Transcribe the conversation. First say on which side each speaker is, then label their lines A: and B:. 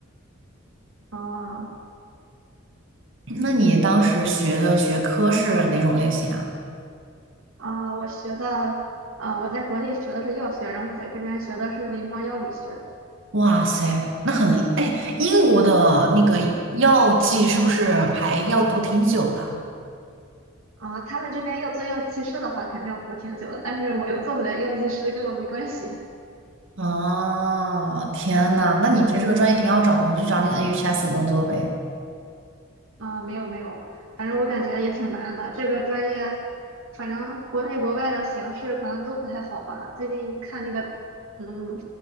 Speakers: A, on the right; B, on the right.
A: 哦。
B: <laughs> 那你当时学的学科是哪种类型啊？
A: 啊、我学的，啊、我在国内学的是药学，然后在这边学的是临床药理学。
B: 哇塞，那很，哎，英国的那个药剂是不是还要读挺久的？
A: 啊、他们这边要做药剂师的话，肯定要读挺久的，但是我又做不了药剂师，跟我没关系。
B: 哦，天呐，那你其实这个专业挺好找工作，就找那个 NHS 工作呗。
A: 啊、没有没有，反正我感觉也挺难的。这个专业，反正国内国外的形势可能都不太好吧。最近看那个，嗯，